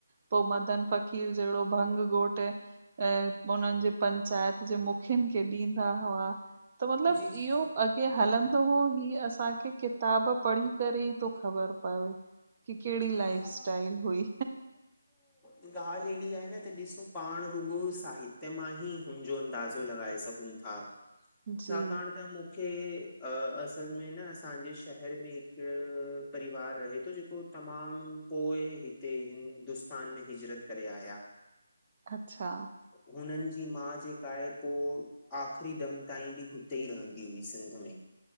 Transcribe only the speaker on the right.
पो मदन फ़कीर जहिड़ो भंग घोट् ऐं उन्हन जे पंचायत ॼे मुखियुन खे ॾींदा हुआ त मतलब
इहो
अॻ ॻे हलंदो हुओ ही असांखे किताब पढ़ी करे ई तो ख़बर पवे कि केड़ी लाइफ
स्टाइल हुई
जी
अच्छा